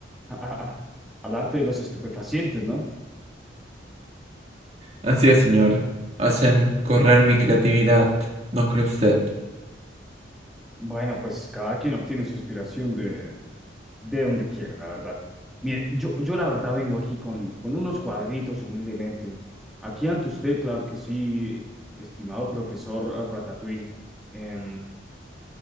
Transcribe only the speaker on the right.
Así es, señor. Hacen correr mi creatividad, ¿no cree usted?